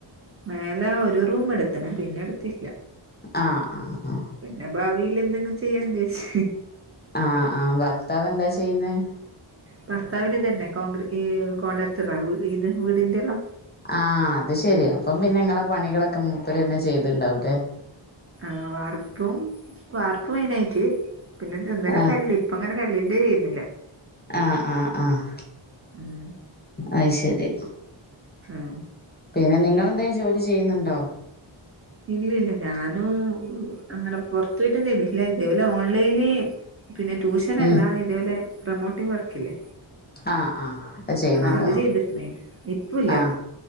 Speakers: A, on the right; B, on the left.
A: മേലെ ഒരു റൂം എടുത്ത്ണ് പിന്നെ എടുത്തില്ല
B: ആഹ് ആഹ് ആഹ്
A: പിന്നെ ഭാവിയിൽ എന്തെങ്കിലും ചെയ്യാന്നെച്ച്
B: ആഹ് ആഹ് ഭർത്താവ് എന്താ ചെയ്യുന്നെ
A: ഭർത്താവിന് ഇതന്നെ കോൺഡ്ര ഈ കോൺട്രക്ടറ് ഇത് വീടിന്റെല്ല
B: ആഹ് അത് ശരി അപ്പം പിന്നെ നിങ്ങളെ പണികളൊക്കെ മുപ്പര് തന്നെ ചെയ്തിണ്ടാവുല്ലേ
A: ആഹ് വാർപ്പും വാർപ്പ് മെയിൻ ആയിട്ട് പിന്നെ ഇന്നലെ
B: ആഹ്
A: കല്ല് ഇപ്പം അങ്ങനെ കല്ലിന്റെ ചെയ്യുന്നില്ല
B: ആഹ് ആഹ് ആഹ്
A: ഉം
B: അയ്ശരി
A: ഉം
B: പിന്ന നിങ്ങെളെന്തേയും ജോലി ചെയ്യുന്നുണ്ടോ?
A: ഇല്ല ഇല്ല ഞാനും അങ്ങനെ പൊറത്തു പോയിട്ടൊന്നും ചെയ്തിട്ടില്ല ഇതേപോലെ ഓൺലൈല് പിന്നെ ട്യൂഷനല്ല
B: ഉം
A: ഇതേപോലെ പ്രമോട്ടിങ് വർക്കില്ലേ
B: ആഹ് ആഹ് ചെയ്യുന്നുണ്ടോ
A: ആഹ് അത് ചെയ്തിട്ടുണ്ടാര്ന്ന് ഇപ്പല്ല
B: ആഹ്